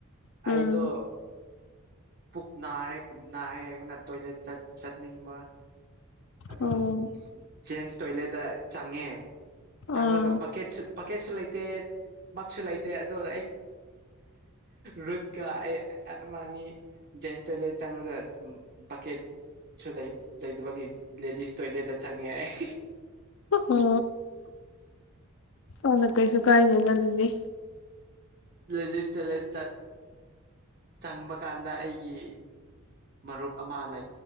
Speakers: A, on the left; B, on the right.
A: ꯎꯝ
B: ꯑꯩꯗꯣ ꯄꯨꯛ ꯅꯥꯔꯦ ꯅꯥꯔꯦꯅ ꯇꯣꯏꯂꯦꯠ ꯆꯠꯅꯤꯡꯕ ꯑꯗꯣ
A: ꯑꯣ
B: ꯖꯦꯟꯁ ꯇꯣꯏꯂꯦꯠꯇ ꯆꯪꯉꯦ
A: ꯑꯥ
B: ꯆꯪꯉꯒ ꯕꯛꯀꯦꯠꯁꯨ ꯄꯀꯦꯠꯁꯨ ꯂꯩꯇꯦ ꯃꯛꯁꯨ ꯂꯩꯇꯦ ꯑꯗꯨ ꯑꯩ ꯔꯨꯗꯒ ꯑꯃꯅꯤꯅꯤ ꯖꯦꯟꯁ ꯇꯣꯏꯂꯦꯠ ꯆꯪꯉꯒ ꯕꯛꯀꯦꯠꯁꯨ ꯂꯩ ꯂꯩꯇꯕꯒꯤ ꯂꯦꯗꯤꯁ ꯇꯣꯏꯂꯦꯠꯗ ꯆꯪꯉꯦ ꯑꯩ
A: ꯎ ꯑꯗ ꯀꯩꯁꯨ ꯀꯥꯏꯗꯦꯗ ꯑꯗꯨꯗꯤ
B: ꯂꯦꯗꯤꯁ ꯇꯦꯂꯦꯠ ꯆꯪꯕ ꯀꯥꯟꯗ ꯑꯩꯒꯤ ꯃꯔꯨꯞ ꯑꯃꯅ